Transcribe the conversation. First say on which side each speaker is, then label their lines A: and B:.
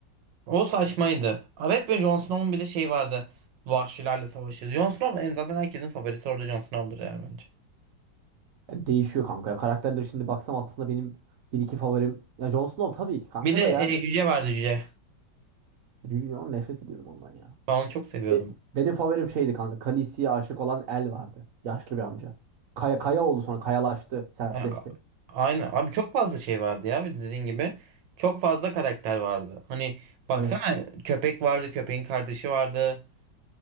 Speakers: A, on the right; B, on the right.
A: O saçmaydı. Evet ve Jon Snow'un bir de şey vardı. Vahşilerle savaşıyoruz. Jon Snow en zaten herkesin favorisi orada Jon Snow'dur yani bence.
B: Yani değişiyor kanka. Ya karakterleri şimdi baksam aslında benim bir iki favorim. Ya Jon Snow tabii ki kanka
A: Bir de
B: da yani.
A: e, cüce vardı cüce.
B: Junior nefret ediyordum ondan ya.
A: Ben onu çok seviyordum.
B: Be- Benim favorim şeydi kanka. Khaleesi'ye aşık olan El vardı. Yaşlı bir amca. Kaya, kaya oldu sonra. Kayalaştı. Sertleşti.
A: Ha, Aynen. Abi çok fazla şey vardı ya. Bir de Dediğin gibi. Çok fazla karakter vardı. Hani baksana
B: Evet.
A: köpek vardı. Köpeğin kardeşi vardı.